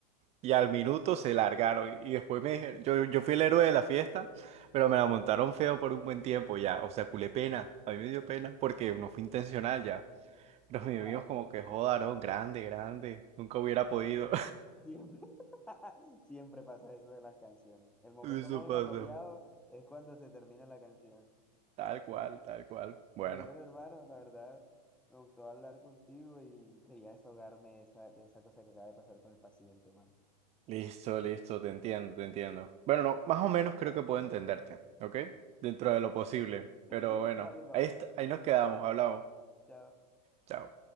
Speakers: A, on the right (about 30°); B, in the centre.
A: Y al minuto se largaron. Y después me dijeron, yo, yo fui el héroe de la fiesta, pero me la montaron feo por un buen tiempo ya. O sea, culé pena. A mí me dio pena porque no fue intencional ya. Pero
B: Sí,
A: mis
B: claro.
A: amigos como que jodaron, grande, grande. Nunca hubiera
B: Siempre,
A: podido.
B: siempre. <laughs> Siempre pasa eso de las canciones. El momento
A: <laughs> Eso
B: más inapropiado
A: pasa.
B: es cuando se termina la canción.
A: Tal cual, tal cual. Bueno,
B: Pero bueno, hermano, la verdad, me gustó hablar contigo y quería desahogarme de esa, de esa cosa que acaba de pasar con el paciente, hermano.
A: listo, listo, te entiendo, te entiendo. Bueno, no, más o menos creo que puedo entenderte, ¿ok? Dentro de lo posible. Pero
B: <laughs>
A: bueno,
B: Dale, papá.
A: ahí, est- ahí nos quedamos, hablamos.
B: Chao.
A: Chao.